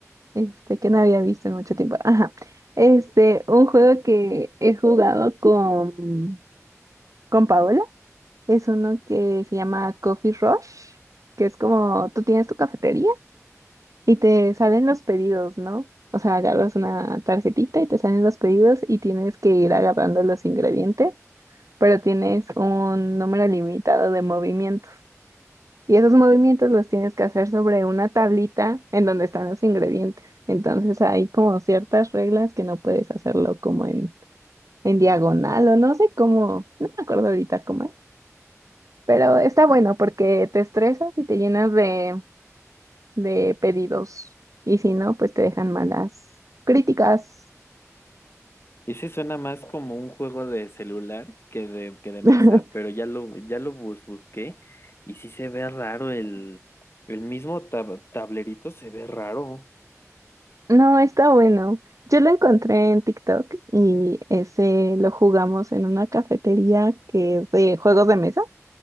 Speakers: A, on the right (about 80°); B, on the left (about 50°).
A: este, que no había visto en mucho tiempo. Ajá. Este, un juego que he jugado con, con Paola. Es uno que se llama Coffee Rush, que es como tú tienes tu cafetería y te salen los pedidos, ¿no? O sea, agarras una tarjetita y te salen los pedidos y tienes que ir agarrando los ingredientes, pero tienes un número limitado de movimientos. Y esos movimientos los tienes que hacer sobre una tablita en donde están los ingredientes. Entonces hay como ciertas reglas que no puedes hacerlo como en, en diagonal o no sé cómo, no me acuerdo ahorita cómo es. Pero está bueno porque te estresas y te llenas de, de pedidos. Y si no, pues te dejan malas críticas.
B: Y sí suena más como un juego de celular que de, que de mesa,
A: <laughs>
B: pero ya lo, ya lo bus- busqué y sí se ve raro el, el mismo tab- tablerito se ve raro.
A: No, está bueno. Yo lo encontré en TikTok y ese lo jugamos en una cafetería que es de juegos de mesa.